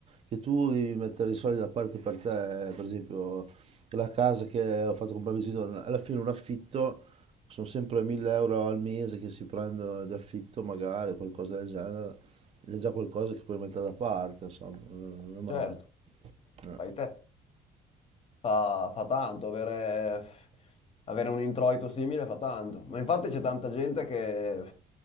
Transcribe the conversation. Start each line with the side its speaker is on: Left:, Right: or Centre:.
Right: che tu devi mettere i soldi da parte per te, per esempio la casa che ho fatto comprare a mio genitore, alla fine un affitto sono sempre 1000 euro al mese che si prendono di affitto magari, qualcosa del genere è già qualcosa che puoi mettere da parte, insomma, non è male.
Left: certo,
Right: Eh,
Left: fai te. fa, fa tanto, avere, avere un introito simile fa tanto. Ma infatti c'è tanta gente che,